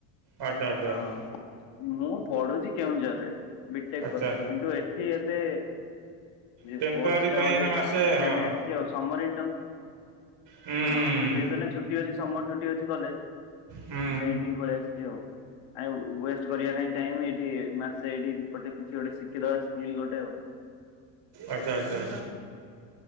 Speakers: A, on the right; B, on the left.
A: ଆଚ୍ଛା ଆଚ୍ଛା
B: ହଁ
A: ଆଚ୍ଛା
B: ମୁଁ ପଢୁଚି କେଉଁଝରରେ ବିଟେକ୍
A: ଆଚ୍ଛା
B: କରୁଚି କିନ୍ତୁ ଏଠି ଏବେ ଏଇ
A: ଟେମ୍ପରାରୀ
B: କୋର୍ସଟା
A: ପାଇଁ
B: ଗୋଟେ
A: ଏଇନା ମାସେ
B: ଶଖିବା
A: ହଁ।
B: ପାଇଁ ଆସିଚି ଆଉ ସମର ଇଣ୍ଟ
A: ହୁଁ ହୁଁ
B: ହଁ ଯେହେତୁ ଛୁଟି ଅଛି ସମର ଛୁଟି ଅଛି କଲେଜ,
A: ହୁଁ
B: ସେ ଏଠିକି ପ ଶ୍ଚି ଆଉ ୱେଷ୍ଟ କରିବା କାଇଁ ଏଇଠି ମାସ ଏଇଠି ଗଟେ କିଛି ଗୋଟେ ଶିଖିଦବା ସ୍କୁଲ ଗୋଟେ ଆଉ।
A: ଆଚ୍ଛା ଆଚ୍ଛା।